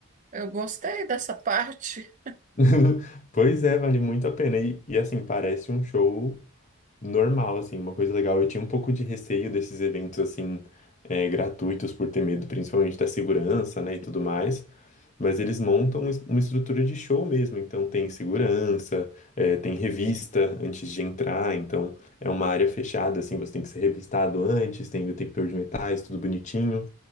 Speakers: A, on the right (about 35°); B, on the left (about 35°).
A: eu gostei dessa parte.
B: <laughs> Pois é, vale muito a pena. E, e, assim, parece um show normal, assim, uma coisa legal. Eu tinha um pouco de receio desses eventos, assim, é, gratuitos, por ter medo principalmente da segurança, né, e tudo mais. Mas eles montam es- uma estrutura de show mesmo. Então, tem segurança, é, tem revista antes de entrar. Então, é uma área fechada, assim, você tem que ser revistado antes, tem detector de metais, tudo bonitinho.